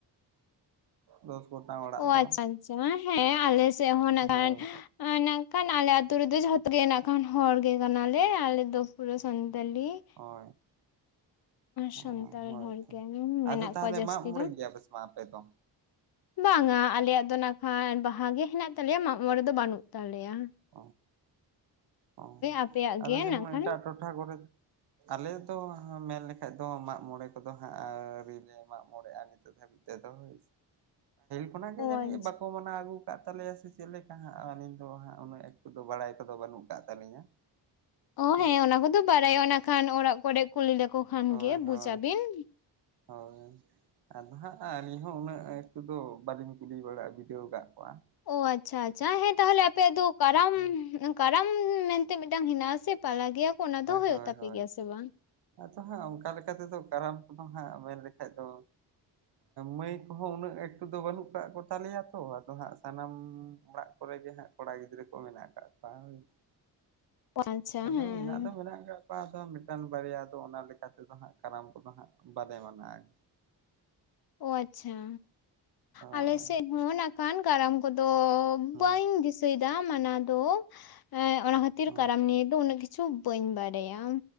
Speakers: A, on the right; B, on the left.
A: ᱫᱚᱥ ᱜᱚᱴᱟᱝ ᱚᱲᱟᱜ
B: ᱳ
A: ᱫᱚ
B: ᱟᱪᱪᱷᱟ ᱟᱪᱪᱷᱟ, ᱦᱮᱸ ᱟᱞᱮ ᱥᱮᱫ ᱦᱚᱸ ᱱᱟᱠᱷᱟᱱ,
A: ᱦᱳᱭ
B: ᱱᱟᱜ ᱠᱷᱟᱱ ᱟᱞᱮ ᱟᱛᱳ ᱨᱮ ᱫᱚ ᱡᱷᱚᱛᱚ ᱜᱮ ᱱᱟᱜ ᱠᱷᱟᱱ ᱦᱚᱲ ᱜᱮ ᱠᱟᱱᱟᱞᱮ ᱟᱞᱮ ᱫᱚ ᱯᱩᱨᱟᱹ ᱥᱟᱱᱛᱟᱞᱤ ᱾
A: ᱦᱳᱭ,
B: ᱥᱟᱱᱛᱟᱲ
A: ᱚ ᱦᱳᱭᱛᱚ,
B: ᱦᱚᱲ ᱜᱮ ᱢᱮᱱᱟᱜ
A: ᱟᱫᱚ ᱛᱟᱦᱚᱞᱮ
B: ᱠᱚᱣᱟ ᱡᱟᱹᱥᱛᱤ
A: ᱢᱟᱜ ᱢᱚᱬᱮ
B: ᱫᱚ
A: ᱜᱮᱭᱟ ᱯᱮ ᱥᱮ ᱵᱟᱝ ᱟᱯᱮ ᱫᱚ?
B: ᱵᱟᱝᱟ ᱟᱞᱮᱭᱟᱜ ᱫᱚ ᱠᱷᱟᱱ ᱵᱟᱦᱟ ᱜᱮ ᱦᱮᱱᱟᱜ ᱛᱟᱞᱮᱭᱟ ᱢᱟᱜ ᱢᱚᱬᱮ ᱫᱚ ᱵᱟᱹᱱᱩᱜ ᱛᱟᱞᱮᱭᱟ ᱾
A: ᱚ ᱚ
B: ᱟᱯᱮᱭᱟᱜ
A: ᱟᱫᱚ
B: ᱜᱮ
A: ᱡᱮᱢᱚᱱ
B: ᱱᱟᱜ ᱠᱷᱟᱱ
A: ᱮᱴᱟᱜ ᱴᱚᱴᱷᱟ ᱠᱚᱨᱮ, ᱟᱞᱮ ᱫᱚ ᱢᱮᱱ ᱞᱮᱠᱷᱟᱡ ᱫᱚ ᱢᱟᱜ ᱢᱚᱬᱮ ᱠᱚᱫᱚ ᱦᱟᱸᱜ ᱟᱹᱣᱨᱤᱞᱮ ᱢᱟᱜ ᱢᱚᱬᱮᱜᱼᱟ ᱱᱤᱛᱚᱜ ᱫᱷᱟᱹᱵᱤᱡ ᱾ ᱛᱮᱫᱚᱭ <inaudible> ᱚᱱᱟᱜᱮ
B: ᱚ
A: ᱡᱟᱹᱱᱤᱡ
B: ᱟᱪᱪᱷᱟ
A: ᱵᱟᱠᱚ ᱢᱟᱱᱟᱣ ᱟᱹᱜᱩ ᱟᱠᱟᱫ ᱛᱟᱞᱮᱭᱟ ᱥᱮ ᱪᱮᱫ ᱞᱮᱠᱟ ᱦᱟᱸᱜ ᱟᱹᱞᱤᱧ ᱫᱚ ᱦᱟᱸᱜ ᱩᱱᱟᱹᱜ ᱮᱠᱴᱩ ᱫᱚ ᱵᱟᱲᱟᱭ ᱠᱚ ᱫᱚ ᱵᱟᱹᱱᱩᱜ ᱟᱠᱟᱟᱜ ᱛᱟᱹᱞᱤᱧᱟ,
B: ᱚ
A: ᱦᱳᱭ
B: ᱦᱮᱸ ᱚᱱᱟ ᱠᱚ ᱫᱚ ᱵᱟᱲᱟᱭᱚᱜ ᱱᱟᱜ ᱠᱷᱟᱱ ᱚᱲᱟᱜ ᱠᱚᱨᱮ ᱠᱩᱞᱤ ᱞᱮ ᱠᱚ ᱠᱷᱟᱱ
A: ᱦᱳᱭ
B: ᱜᱮ ᱵᱩᱡᱟᱵᱤᱱ
A: ᱦᱳᱭ
B: ᱾
A: ᱦᱳᱭ, ᱟᱫᱚ ᱦᱟᱸᱜ ᱟᱞᱤᱧ ᱦᱚᱸ ᱩᱱᱟᱹᱜ ᱮᱠᱴᱩ ᱵᱟᱹᱞᱤᱧ ᱠᱩᱞᱤ ᱵᱟᱲᱟ ᱵᱩᱡᱷᱟᱣᱹᱣ ᱟᱠᱟᱫ ᱠᱚᱣᱟ ᱾
B: ᱚ ᱟᱪᱪᱷᱟ ᱟᱪᱪᱷᱟ, ᱦᱮᱸ ᱛᱟᱦᱚᱞᱮ ᱟᱯᱮᱭᱟᱜ ᱫᱚ ᱠᱟᱨᱟᱢ
A: ᱦᱳᱭ
B: ᱠᱟᱨᱟᱢ ᱢᱮᱱᱛᱮ ᱢᱤᱫᱴᱟᱝ ᱦᱮᱱᱟᱜᱼᱟᱥᱮ ᱯᱟᱞᱟ ᱜᱮᱭᱟ ᱠᱚ ᱚᱱᱟ ᱫᱚ ᱦᱳᱭᱳᱜ
A: ᱦᱳᱭ
B: ᱛᱟᱯᱮ
A: ᱦᱳᱭ
B: ᱜᱮᱭᱟ ᱥᱮ ᱵᱟᱝ?
A: ᱟᱫᱚ ᱦᱟᱸᱜ ᱚᱝᱠᱟ ᱞᱮᱠᱟ ᱛᱮ ᱫᱚ ᱠᱟᱨᱟᱢ ᱠᱚ ᱫᱚ ᱦᱟᱸᱜ ᱢᱮᱱ ᱞᱮᱠᱷᱟᱡ ᱫᱚ, ᱢᱟᱹᱭ ᱩᱱᱟᱹᱜ ᱮᱠᱴᱩ ᱫᱚ ᱵᱟᱹᱱᱩᱜ ᱠᱟᱜ ᱠᱚᱛᱟ ᱞᱮᱭᱟ ᱛᱚ ᱟᱫᱚ ᱦᱟᱸᱜ ᱥᱟᱱᱟᱢ ᱚᱲᱟᱜ ᱠᱚᱨᱮ ᱜᱮ ᱦᱟᱸᱜ ᱠᱚᱲᱟ ᱜᱤᱫᱽᱨᱟᱹ ᱠᱚ ᱢᱮᱱᱟᱜ ᱟᱠᱟᱫ ᱠᱚᱣᱟ ᱦᱳᱭ,
B: ᱟᱪᱪᱷᱟ
A: ᱟᱫᱚ
B: ᱦᱮᱸ,
A: ᱢᱮᱱᱟᱜ ᱫᱚ ᱢᱮᱱᱟᱜ ᱠᱟᱫ ᱠᱚᱣᱟ ᱟᱫᱚ ᱢᱤᱫᱴᱟᱱ ᱵᱟᱨᱭᱟ ᱫᱚ ᱚᱱᱟ ᱞᱮᱠᱟ ᱛᱮ ᱫᱚ ᱦᱟᱸᱜ ᱠᱟᱨᱟᱢ ᱠᱚ ᱫᱚ ᱦᱟᱸᱜ ᱵᱟᱞᱮ ᱢᱟᱱᱟ ᱾
B: <unintelligible> ᱚ ᱟᱪᱪᱷᱟ
A: ᱜᱮᱭᱟ
B: ᱟᱞᱮ
A: ᱦᱳᱭ
B: ᱥᱮᱫ ᱦᱚᱸ ᱠᱟᱱ ᱠᱟᱨᱟᱢ ᱠᱚ ᱫᱚ
A: ᱦᱩᱸ
B: ᱵᱟᱹᱧ ᱫᱤᱥᱟᱹᱭᱮᱫᱟ ᱢᱟᱱᱟ ᱫᱚ ᱚᱱᱟ ᱠᱷᱟᱹᱛᱤᱨ
A: ᱦᱩᱸ
B: ᱠᱟᱨᱟᱢ ᱱᱤᱭᱮ ᱫᱚ ᱩᱱᱟᱹᱜ ᱠᱤᱪᱷᱩ ᱪᱷᱳᱵ ᱵᱟᱹᱧ ᱵᱟᱲᱟᱭᱟ,